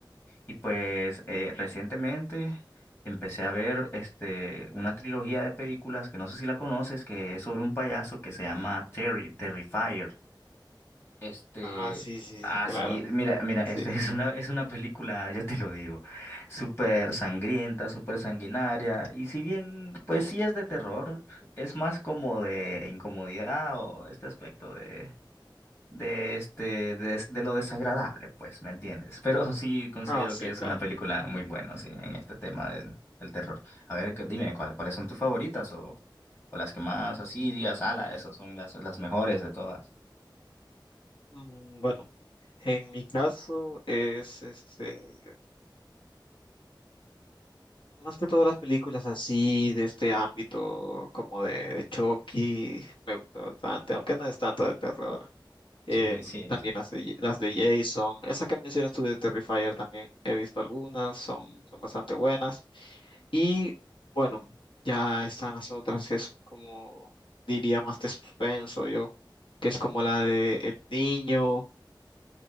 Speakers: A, on the left; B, on the left.
A: Y pues eh, recientemente empecé a ver este, una trilogía de películas que no sé si la conoces, que es sobre un payaso que se llama Terry, Terrifier. Este,
B: Ah, sí, sí,
A: ah,
B: sí, claro.
A: sí, mira, mira,
B: Sí.
A: este <laughs> es una, es una película, ya te lo digo, súper sangrienta, súper sanguinaria, y si bien, pues sí es de terror, es más como de incomodidad o este aspecto de de este de, de lo desagradable, pues, ¿me entiendes? <laughs> Pero sí considero
B: Ah, sí,
A: que es
B: claro.
A: una película muy buena, sí, en este tema del, del terror. A ver, que- dime cuál, cuáles son tus favoritas o, o las que más así digas, ala, esas son las, las mejores de todas.
B: Mm, Bueno, en mi caso es este, más que todas las películas así de este ámbito como de Chucky, me gusta bastante, aunque no es tanto de terror. eh,
A: Sí, sí,
B: también
A: sí.
B: las de, las de Jason, esa que mencionas tú de Terrifier también he visto algunas, son, son bastante buenas. Y bueno, ya están las otras que son como, diría más de suspenso yo, que es como la de El Niño,